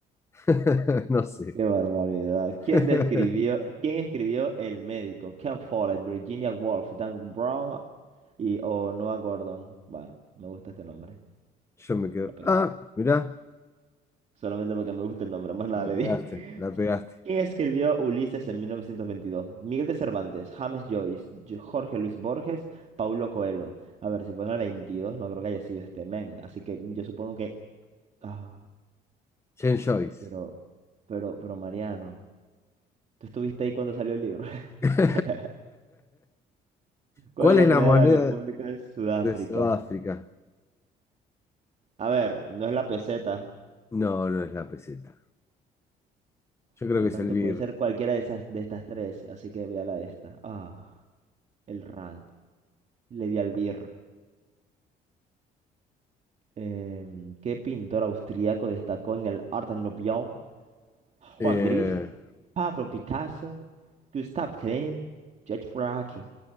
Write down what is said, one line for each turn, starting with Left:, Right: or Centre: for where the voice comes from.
Left: <laughs> No sé.
Right: Qué barbaridad. ¿Quién
Left: <laughs>
Right: describió, quién escribió El médico? Ken Follett, Virginia Woolf, Dan Brown y o Noah Gordon. Bueno, me gusta este nombre.
Left: Yo me quedo.
Right: La pegué.
Left: Ah, mirá,
Right: Solamente porque me gusta el nombre, más nada
Left: la
Right: le
Left: pegaste,
Right: di. <laughs>
Left: la pegaste.
Right: ¿Quién escribió Ulises en 1922? Miguel de Cervantes, James Joyce, Jo- Jorge Luis Borges, Paulo Coelho. A ver, si fue en el 22, no creo que haya sido este men. Así que yo supongo que... Ah,
Left: Jen Joyce.
Right: pero, pero, pero Mariano, ¿tú estuviste ahí cuando salió el libro? <laughs>
Left: <laughs>
Right: ¿Cuál
Left: ¿Cuál
Right: es la
Left: es
Right: moneda
Left: la moneda
Right: de la República de Sudáfrica?
Left: de Sudáfrica?
Right: A ver, no es la peseta,
Left: No, no es la peseta. Yo creo
Right: por lo
Left: que es
Right: tanto
Left: el BIR.
Right: puede ser cualquiera de esas, de estas tres, así que voy a la de esta. Ah, el rand. Le di al birr. Em, ¿qué pintor austriaco destacó en el Art Nouveau? Juan
Left: Eh,
Right: Gris, Pablo Picasso, Gustav Klimt, George Braque.